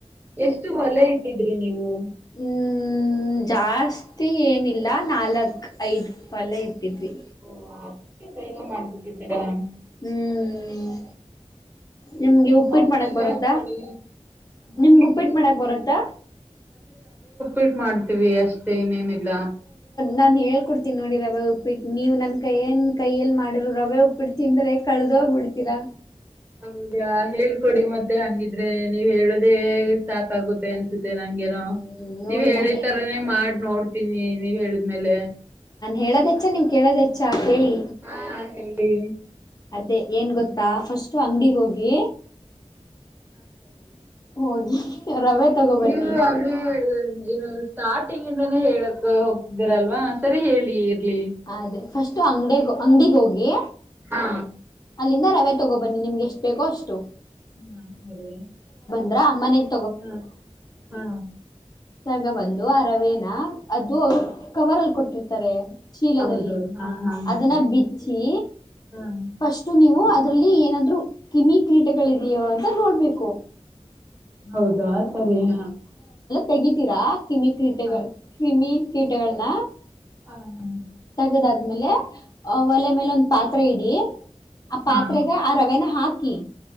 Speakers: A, on the right; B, on the left.
A: ಎಷ್ಟು ಹೊಲ ಇಟ್ಟಿದ್ರಿ ನೀವು
B: ಹ್ಮ್ ಜಾಸ್ತಿ ಏನಿಲ್ಲ ನಾಲ್ಕು ಐದು ಹೊಲ ಇಟ್ಟಿದ್ವಿ
A: ಓ ಅದಕ್ಕೆ ಬೇಗ ಮಾಡ್ಬಿಟ್ಟಿದ್ದೇನೆ ನಾ
B: ಹ್ಮ್ ನಿಮ್ಗೆ ಉಪ್ಪಿಟ್ಟ
A: ನಮ್ಗೂ
B: ಮಾಡಕ್ ಬರತ್ತಾ
A: ಹೇಳ್ಕೊಡಿ
B: ನಿಮ್ಗ
A: ಉಪ್ಪಿಟ್ಟು
B: ಉಪ್ಪಿಟ್ಟ ಮಾಡಕ್ ಬರತ್ತಾ
A: ಿಟ್ ಮಾಡ್ತೀವಿ ಅಷ್ಟೇ ಮ ಇನೇನಿಲ್ಲ
B: ನಾನ್ ಹೇಳ್ಕೊಡ್ತೀನಿ ನೋಡಿ ರವೆ ಉಪ್ಪಿಟ್ಟ ನೀವು ನನ್ ಕೈ ಏನ್ ಕೈಯ ಎಲ್ಲಿ ಮಾಡಿರರು ರವೆ ಉಪ್ಪಿಟ್ಟ ತಿಂದ್ರೆ ಕಳ್ದ ಹೋಗ್ಬಿಡ್ತೀರಾ
A: ಹೌದಾ ಹೇಳ್ಕೊಡಿ ಮತ್ತೆ ಹಂಗಿದ್ದ ಆದ್ರೆ ನೀವ್ ಹೇಳುದೇ ಸಾಕ ಆಾಗುತ್ತೆ ಅ ನಂಗೆೇನೋ
B: ಹ್ಮ್ ನೋಡ್
A: ನೀವ್ ಹೇಳಿ
B: ನಾನೇ
A: ತರನೇ ಮಾಡಿ ನೋಡ್ ಇನ್ನ ಆಮೇಲೆ
B: ಹೇಳೋದಚ್ಚ ನೀಮ್ ಕೇಳೋದಚ್ಚ ಹೇಳಿ
A: ಹಾ ಹೇಳಿ
B: ಅದೇ ಏನ್ ಗೊತ್ತ. ಸಾ. ಫಸ್ಟ್ ಅಂಗಡಿಿಗೆ ಹೋಗಿ ಹೋಗಿ. ರವೆ ತಗೋಬನ್ನಿ
A: ನೀ ಅಂದ್ರೆ ಏನು ಸ್ಟಾರ್ಟಿಂಗ್. ಾನೇ ಹೇಳಕ್ ಹೋಗ್ತಿದ್ದೀರಲ್ವಾ ಸರಿ ಹೇಳಿ. ಇರ್ಲಿ
B: ಅದೇ ಫಸ್ಟ್ ಅಂಗಡಿಗ. ಅಂಗಡಿಗೋಗಿ.
A: ಹಾ.
B: ಅಲ್ಲಿಂದ ರವೆ ತಗೋ ಬನ್ನಿ ನಿಮ್ಗೆ ಎಷ್ಟು ಬೇಕೋ ಅಷ್ಟು.
A: ಹ ಸರಿ.
B: ಮನೆಗೆ.
A: ಹ್ಮ ಹಾ.
B: ತಗ ಬಂದು ಅ ರವೇನಾ ಅದು ಅವರು ಕವರ್ ಅಲ್ಲಿ ಕೊಟ್ಟಿರ್ತಾರೆ. ಚೀಲದಲ್ಲಿ
A: ಹೌದು ಹಾ ಹಾ ಹೌದು
B: ಅದನ್ನ ಬಿಚ್ಚಿ.
A: ಹಾ
B: ಅಷ್ಟು ನೀವು ಅದ್ರಲ್ಲಿ ಏನಾದ್ರು ಕಿಮಿ ಕ್ರೀಟಗಳಿದೆಯೋ ಅಂತ ನೋಡ್ಬೇಕು.
A: ಹೌದು ಆ ಸರಿ ಹಾ.
B: ತೆಗೀತೀರಾ. ಕಿಮಿ ಕ್ರೀಟಗಳ್
A: ಹಾ
B: ಕಿಮಿ. ಕೀಟಗಳ್ನ
A: ಹಾ ಹಾಂ.
B: ಅದ್ ಆದ್ಮೇಲೆ. ಆ ಒಲೆ ಮೇಲ್ ಒಂದ್ ಪಾತ್ ತ್ರೆ ಇಡಿ. ಆ
A: ಹಾ
B: ಪಾತ್ರೆಗೆ ಆ ರವೆನ ಹಾಕ್ ಕಿ